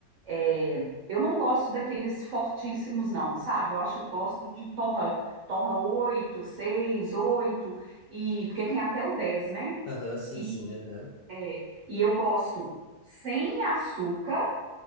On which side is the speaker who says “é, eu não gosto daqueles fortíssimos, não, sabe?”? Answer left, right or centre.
Right